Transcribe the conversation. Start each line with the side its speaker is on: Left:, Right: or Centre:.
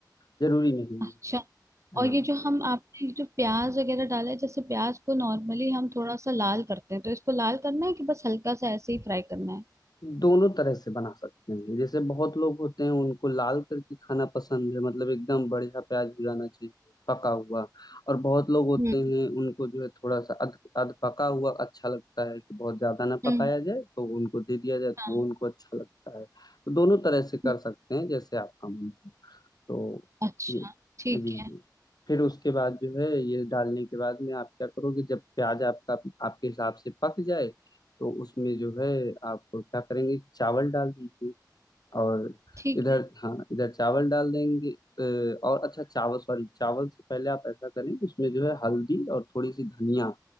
Left: जरूरी नहीं
Right: अच्छा
Left: है
Right: और
Left: हाँ
Right: ये जो हम आपने ये जो प्याज वगैरह डाला है जैसे प्याज को नॉर्मली हम थोड़ा सा लाल करते हैं तो इसको लाल करना है कि बस हल्का सा ऐसे ही फ्राई करना है
Left: दोनों तरह से बना सकते हैं जैसे बहुत लोग होते हैं उनको लाल करके खाना पसंद है मतलब एकदम बढ़िया प्याज भुनाना चाहिए पका हुआ और बहुत लोग होते
Right: हम्म हम्म
Left: हैं उनको जो है थोड़ा सा अध अध पका हुआ अच्छा लगता है कि बहुत ज्यादा ना
Right: हम्म,
Left: पकाया जाए तो उनको दे दिया जाए तो
Right: हाँ
Left: वो उनको अच्छा लगता है तो दोनों तरह से कर
Right: हम्म,
Left: सकते हैं जैसे आपका मन तो
Right: अच्छा
Left: ये
Right: ठीक
Left: जी
Right: है
Left: जी फिर उसके बाद जो है ये डालने के बाद में आप क्या करोगे जब प्याज आपका आपके हिसाब से पक जाए तो उसमें जो है आप क्या करेंगे कि चावल डाल दीजिए और
Right: ठीक
Left: इधर
Right: है
Left: हाँ इधर चावल डाल देंगे अ, और अच्छा चावल सॉरी चावल से पहले आप ऐसा करें उसमें जो है हल्दी और थोड़ी सी धनिया